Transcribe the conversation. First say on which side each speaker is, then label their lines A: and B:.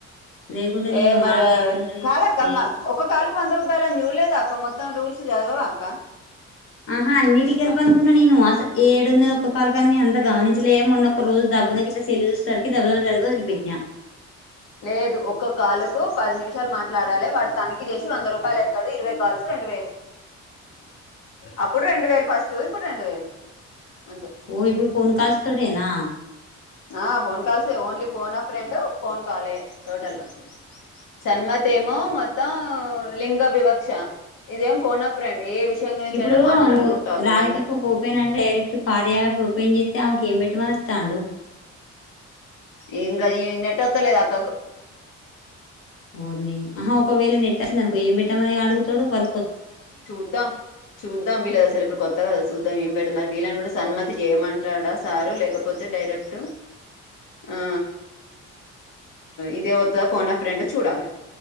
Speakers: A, on the left; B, on the left.
A: లేకుంటే నేను
B: ఏ మరి
A: బాగా చేత్తురు గాని
B: కాదక్క
A: ఏ
B: ఒక కా ల్క్ వంద రూపాయలు అని చూళ్ళేదక్క మొత్తం రూల్స్ చదవాక
A: ఆహా అన్నిటికెళ్పు అనుకున్నా నేను అస ఏడున్నద్ ఒక కల్ కన్ని అంత గానించలే మొన్న ఒక రోజు డబ్బునకి ఇట్లా సెల్లు చూసే సరికి <unintelligible> వదిలి పెట్న
B: లేదు ఒక్క కాలుకు పది నిమిషాలు మాట్లాడాలి వాడు తనిఖీ చేసి వంద రూపాయలు ఎస్తాడు ఇరవై కాల్సు రెండు వేలు అప్పుడు రెండు వేల ఫస్ట్ ఇప్పుడు రెండు వేలు అంతే
A: ఓ ఇప్పుడు ఫోన్ కాల్స్ తోటేనా
B: ఆ ఫోన్ కాల్స్ ఏ ఓన్లీ ఫోన్ ఏ ఫ్రెండు ఫోన్ కాలే టోటల్ గా సన్మతి ఏమో మొత్తం లింగ వివక్ష ఇదేం ఫోన్ ఆఫ్ ఫ్రెండ్ ఏ విషయం గురించి
A: ఇప్పుడు
B: అయినా మాట్లాడు
A: నువ్వు
B: టాపిక్
A: రాధికకు
B: అంతే
A: ఓపెన్ అంటే డైరెక్ట్ కార్య యాప్ ఓపెన్ చేసి తే ఆమెకు ఏం పెట్టమనాలి చందు
B: ఇంగ ఈ నెట్ వత్తలేదు అక్కకు
A: ఊరిని ఆహా ఒకవేళ నెట్ వస్తది అనుకో ఏం పెట్టామని అడుగుతాడు వాళ్ళ
B: చూద్దాం చూద్దాం వీళదు అసలు ఇప్పుడు కొత్తగాద చూద్దాం ఏం పెట్ మరి వీళ్ళని కూడా సన్మతి చేయమంటాడా సారు లేకపోతే డైరెక్ట్ ఆ ఇదే వత్తద ఫోన్ ఏ ఫ్రెండ్ చూడాలి